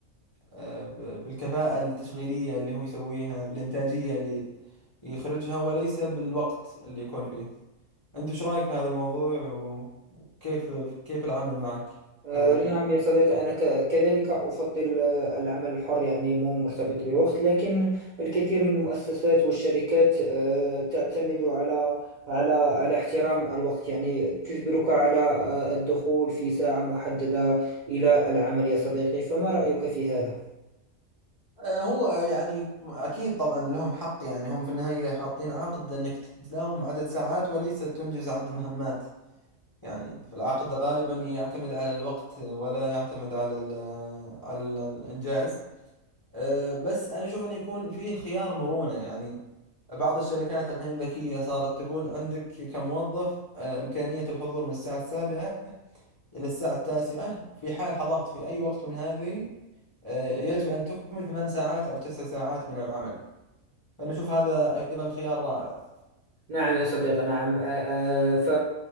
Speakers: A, on the left; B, on the right.
A: آه، ب... بالكفاءة التشغيلية اللي هو يسويها بالإنتاجية اللي يخرجها وليس بالوقت اللي يكون فيه أنت إيش رأيك في هذا الموضوع و... وكيف كيف العمل معك
B: آه،
A: في هذا
B: نعم
A: الفكر
B: يا صديقي أنا ك- كذلك أفضل آه، العمل الحر يعني مو مرتبط بالوقت لكن الكثير من المؤسسات والشركات آه، تعتمد على على على احترام الوقت يعني تجبرك على آه، الدخول في ساعة محددة إلى العمل يا صديقي فما رأيك في هذا؟
A: آه، هو يعني أكيد طبعا لهم حق يعني هم في النهاية حاطين عقد أنك تداوم عدد ساعات وليس تنجز عدد مهمات يعني في العقد غالبا يعتمد على الوقت ولا يعتمد على ال على ال الإنجاز أه، بس أنا أشوف أنه يكون فيه خيار مرونة يعني بعض الشركات الحين ذكية صارت تقول عندك كموظف أه، إمكانية الحضور من الساعة السابعة إلى الساعة التاسعة في حال حضرت في أي وقت من هذه أه، يجب أن تكمل ثمان ساعات أو تسع ساعات من العمل فأنا أشوف هذا أيضا خيار رائع
B: نعم يا صديقي نعم آه، آه، ف